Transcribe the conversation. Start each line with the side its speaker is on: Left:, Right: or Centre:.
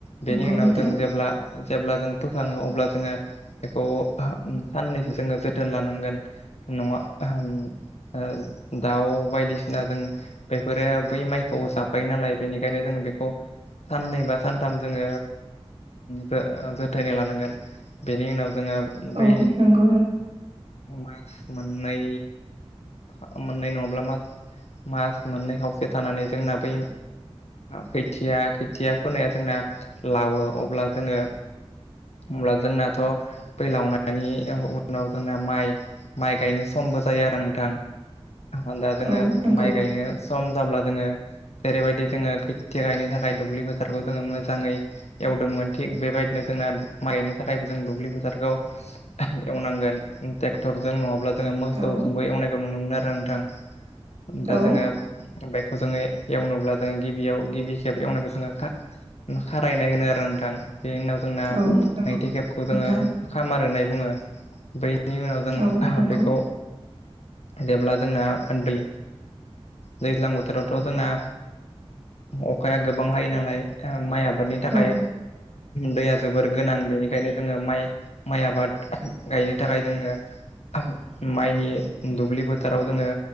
Left: बेनि
Right: नंगौ
Left: उनाव
Right: नोंथां
Left: जों जेब्ला जेब्ला जों फोखाङो अब्ला जोङो बेखौ साननैसो जोङो जोथोन लानांगोन नङा उम ओ दाउ बायदिसिना जों बेफोरो बै माइखौ जाफायो नालाय बेनिखायनो जों बेखौ साननै बा सानथाम जोङो जो- जोथोनै लानांगोन। बेनि उनाव जोङो बै
Right: औ नंगौ
Left: मास मोननै फा मोननै नङाब्ला मास मास मोननै खावसे थानानै जोंना बै खोथिया खोथिया फोनाया जोंना लावो अब्ला जोङो अब्ला जोंनाथ' फैलावनायनि उनाव जोंना माइ माइ गायनो समबो जायो। आरो नोंथां आरो दा जोङो
Right: औ नंगौ
Left: माइ गायनो सम जाब्ला जोङो जेरैबायदि जोङो खोथिया गायनो थाखाय दुब्लि फोथारखौ जोङो मोजाङै एवदोंमोन थिग बेबायदिनो जोंना माइ गायनो थाखायबो जों दुब्लि फोथारखौ एवनांगोन ट्रेक्टर जों नङाब्ला जोङो मोसौ
Right: औ
Left: जोंबो एवनायखौ नुनो मोनो आरो नोंथां दा
Right: औ
Left: जोङो बेखौ जोङो एवनोब्ला जों गिबियाव गिबि खेब एवनायखौ जोङो खा खारायनाय होनो आरो नोंथां। बेनि उनाव जोंना
Right: औ नंगौ
Left: नैथि खेबखौ
Right: नोंथां
Left: जोङो खामार होनाय बुङो बै बेनि उनाव जों
Right: औ नंगौ
Left: बेखौ जेब्ला जोंना दै दैज्लां बोथोरावथ' जोंना अखाया गोबां हायो नालाय ओ माइ आबादनि थाखाय
Right: औ
Left: दैया जोबोर गोनां बेनिखायनो जोङो माइ माइ आबाद गायनो थाखाय जोङो माइनि दुब्लि फोथाराव जोङो